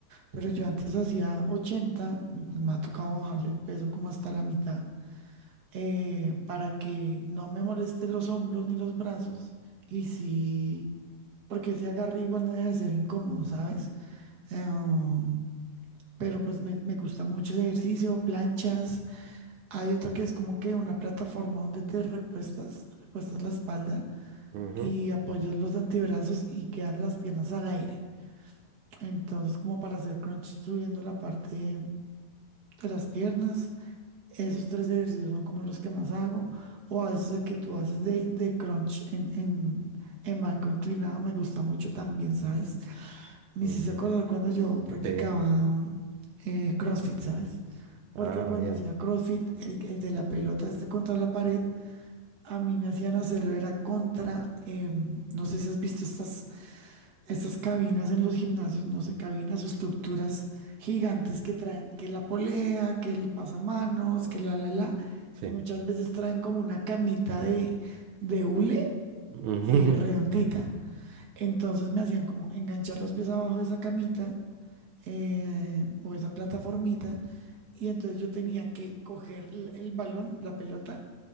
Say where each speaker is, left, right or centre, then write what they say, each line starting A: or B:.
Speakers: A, on the right (about 60°); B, on the right (about 85°).
A: pero yo antes hacía 80, y pues me ha tocado bajarle el peso como hasta la mitad eh, para que no me moleste los hombros ni los brazos y sí, porque ese agarre igual no deja de ser incómodo, ¿sabes? Em, pero pues me, me gusta mucho ese ejercicio, planchas. Hay otro que es como que una plataforma donde te recuestas, recuestas la espalda
B: Ujú.
A: y apoyas los antebrazos y quedan las piernas al aire. Entonces, como para hacer crunch subiendo la parte de las piernas. Esos tres ejercicios son como los que más hago. O a veces el que tú haces de, de crunch en, en, en banco inclinado me gusta mucho también, ¿sabes? Me
B: Ujú.
A: hiciste acordar cuando yo practicaba
B: Sí.
A: mm, eh, CrossFit, ¿sabes? Porque
B: Ah,
A: cuando
B: bien.
A: hacía CrossFit, el, el de la pelota este contra la pared, a mí me hacían hacerlo, era contra, em, no sé si has visto estas, estas cabinas en los gimnasios, no sé, cabinas o estructuras gigantes que traen, que la polea, que el pasamanos, que la, la, la,
B: Sí.
A: y muchas veces traen como una camita de, de hule
B: Ujú.
A: eh, redondita.
B: <laughs>
A: Entonces me hacían como enganchar los pies abajo de esa camita eh, o esa plataformita, y entonces yo tenía que coger l- el balón, la pelota,